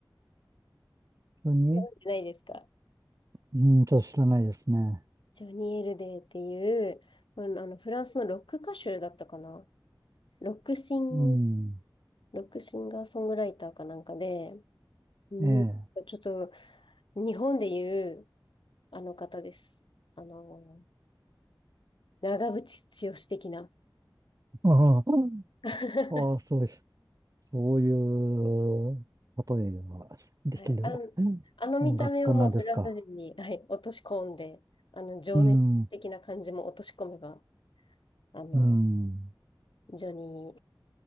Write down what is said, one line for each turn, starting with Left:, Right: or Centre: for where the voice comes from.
Right: 一緒に
Left: ご存知ないですか
Right: うん、ちょっと知らないですね。
Left: ジョニー・エルデっていう、まあの、あのフランスのロック歌手だったかなロックシン、
Right: うん。
Left: ロックシンガーソングライターかなんかで、うん、
Right: ええ。
Left: ちょっと日本でいうあの方です。あの、長渕剛的な。
Right: <laughs> ああ、
Left: <laughs>
Right: ああそういう、そういう、例えができる
Left: はい。あの、あの見た目をもうフランス人に、
Right: 音楽家なんですか。
Left: <laughs> はい、落とし込んで、あの、情熱的な感じも落とし込めば、
Right: うん。
Left: あの、
Right: うん。
Left: ジョニ